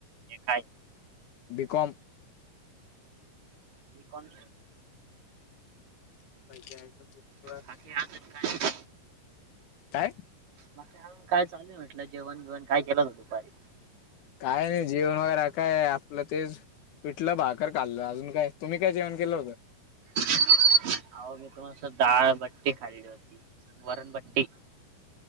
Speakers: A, on the right; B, on the left.
A: हे खाय.
B: B com.
A: B com.
B: <unintelligible>
A: आणखी अजून काय? नाही.
B: काय?
A: मग काय चालूय म्हटलं, जेवण जेवण काय केलं हो दुपारी?
B: काय नाही, जेवण वगैरे काय आपलं तेच. पिठलं भाकर खाल्लं, अजून काय तुम्ही काय जेवण केलं होतं?
A: अहो मी तुम्हास डाळभट्टी खाल्ली होती, वरणभट्टी.